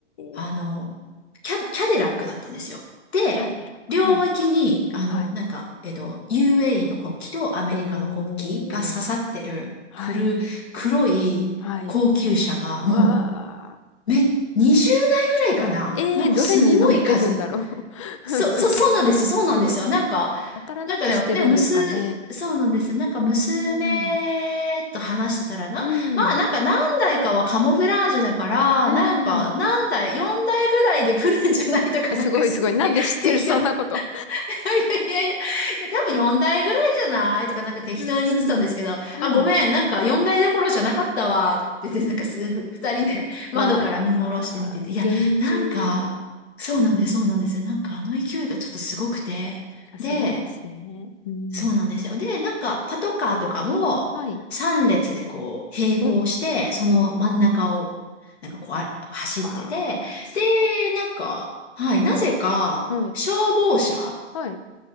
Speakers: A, on the left; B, on the left.
A: あの、
B: えー、
A: キャ、キャデラックだったんですよ。で、
B: キャデラック。
A: 両脇に、
B: はい。
A: あの、
B: はい。
A: なんか、えっと、UAE の国旗とアメリカの国旗が刺さってる、
B: おーし。すはい。
A: くる、黒い高級車が、
B: はい。わあ。
A: もう、め、20台ぐらいかななんかすんごい数。
B: ええー、どれに乗ってるんだろう。<laughs>
A: そう、そう、そうなんです、そうなんですよ。なんか、
B: わからなくしてるんですかね。
A: なんかね、でも、むす、そうなんですよ。なんか娘と話してたらな。
B: うーん。うん。
A: まあなんか何台かはカモフラージュだから、
B: う
A: なんか何台、
B: ん。
A: 4台ぐらいで来るんじゃないとか、
B: えすごいすごい。
A: なんかすごいて適当。
B: なんで知ってるそんなこと。
A: <laughs> いやいやいやいや、多分4台ぐらいじゃないとか、なんか適当に言ってたんですけど、
B: うーん。うん。
A: あ、ごめん、なんか4台どころじゃなかったわって言って、なんかす、2人で窓から見下ろして見てて、
B: わあ、厳重。
A: いや、なんか、そうなんです、そうなんです。なんかあの勢いがちょっとすごくて、
B: さすがですね。
A: で、
B: うん。
A: そうなんですよ。で、なんか、パトカーとかも、
B: はい。
A: 3列でこう、並行して、
B: うん。
A: その真ん中を、
B: お。
A: なんかこう、あ走ってて、
B: わあ、すごい。
A: で、なんか、はい、なぜか、
B: はい。
A: 消防車
B: はい。